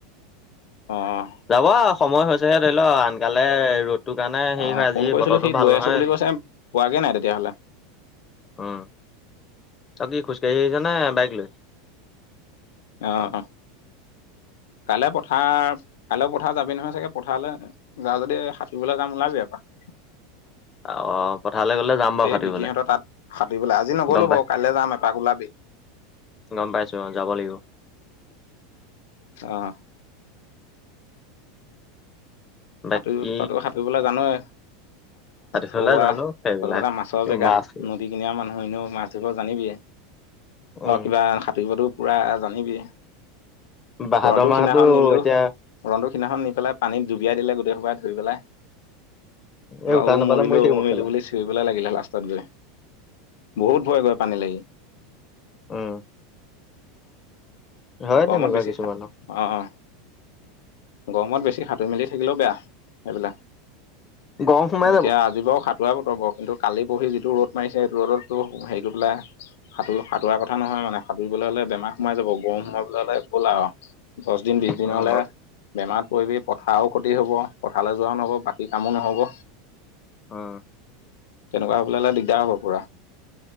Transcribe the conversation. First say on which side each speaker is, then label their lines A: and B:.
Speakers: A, on the left; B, on the left.
A: অ',
B: যাব আৰু সময় হৈছেহে, ধৰি লওক আনকালে ৰ'দটোৰ কাৰণে হেৰি
A: অ
B: হয় আজি
A: ফোন কৰিছিলো
B: বতৰটো
A: সি
B: ভাল
A: গৈ
B: নহয়।
A: আছো বুলি কৈছে পোৱাগে নাই তেতিয়াহ'লে।
B: উম্, তই কি খোজকাঢ়ি আহিছ নে বাইক লৈ।
A: অ', কাইলৈ পথাৰ, কাইলৈও পথাৰ যাবি নহয় চাগে পথাৰলৈ। যা যদি সাঁতুৰিবলৈ যাম ওলাবি এপাক।
B: অ', পথাৰলৈ গ'লে যাম বাৰু
A: এ
B: সাঁতুৰিবলে
A: বিকিহঁতৰ তাত সাতুৰিবলৈ, আজি নগ'লো
B: গম পাই
A: বাৰু কাইলৈ যাম এপাক ওলাবি।
B: গম পাইছোঁ অ', যাব লাগিব।
A: অ',
B: বাকী
A: সাঁতুৰিব, তইতো সাঁতুৰিবলৈ জানৱে,
B: সাঁতুৰিবলে
A: থৌৱা
B: জানো সেইবিলাক
A: তহঁতৰ টাত মাছৰ জেগা
B: মাছ
A: নদী কিনাৰ মানুহ, এনেও মাছ ধৰিব জানিবিয়ে।
B: উম,
A: অ', কিবা সাঁতুৰিবতো পুৰা জানিবিয়ে।
B: বাহাদৰ
A: ৰন্টুক
B: মাহতো
A: সিদিনাখন নিলো,
B: এতিয়া
A: ৰন্টুক সিদিনাখন নি পেলাই পানীত ডুবিয়াই দিলে গোটেই সোপাই ধৰি পেলাই।
B: এই
A: মা
B: উশাহ
A: অ',
B: নাপালে
A: মৰিলো
B: মৰি থাকিব
A: অ', মৰিলো
B: কেলা
A: বুলি চিয়ৰিবলৈ লাগিলে লাষ্টত গৈ, বহুত ভয় কৰে পানীলে সি।
B: উম্, হয়
A: গৰমত
B: তেনেকুৱা
A: বেছি
B: কিছুমানৰ।
A: সাতুৰি অ', গৰমত বেছি সাঁতুৰি মেলি থাকিলেও বেয়া, এইবিলাক।
B: গৰম সোমাই যাব।
A: এতিয়া আজি বাৰু সাতু তুৰা বতৰ বাৰু কিন্তু কালি পৰশি যিটো ৰ'দ মাৰিছে, সেইটো ৰ'দতো টোৰ হেৰি কৰি পেলাই। সাঁতোৰ সাঁতোৰা কথা নহয় মানে সাঁতুৰিবলৈ হ'লে বেমাৰ সোমাই যাব গৰম। মৰিবলে হ'লে গ'ল আৰু দহ দিন বিশ দিনলে
B: উম,
A: বেমাৰত পৰিবি পথাৰো ক্ষতি হ'ব, পথাৰলৈ যোৱাও নহ'ব। বাকী কামো নহ'ব,
B: উম।
A: তেনেকুৱা হ'বলে হ'লে দিগদাৰ হ'ব পুৰা।